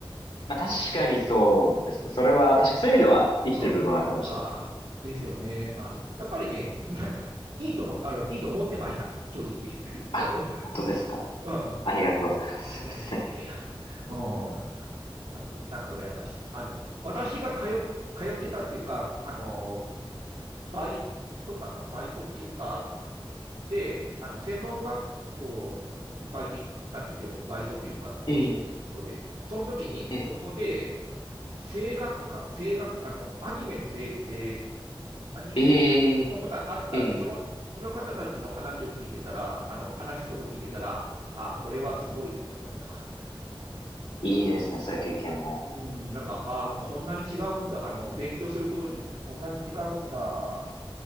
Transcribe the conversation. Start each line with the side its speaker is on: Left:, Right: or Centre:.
Left: まあ確かにそうですね。それは確かそういう意味では生きてる部分はあるかもしれないですね。
Right: うん。ああ、ですよね。あの、やっぱりね、<laughs> いいいとも、あの、いいと思ってました。正直。<laughs>
Left: あ、
Right: 声はうん。
Left: 本当ですか。
Right: ああ、
Left: ありがとうございます。
Right: いやいやいやいやいや。
Left: すいません。
Right: うん。なんか、なんか羨ましい。あの、私が通っ、
Left: え
Right: 通ってたっていうか、あの、バイトかなバイトっていうか、で、あの、専門学校、うんバイトい行ったんですよ。バイトというか、講師仕事で。
Left: ええ
Right: その時に、
Left: え
Right: そこで、声楽か、声楽、あの、アニメの声、声、アニメ
Left: ええ
Right: 本とかあったんで、
Left: ええええ
Right: その、その方たちの話を聞いてたら、あの、話すこと聞いてたら、あ、これはすごいと思いました。
Left: いいですね。それ経験も。
Right: うん、なんか、あ、こんなに違うんだ、あの、勉強することによってこんなに違うんだっ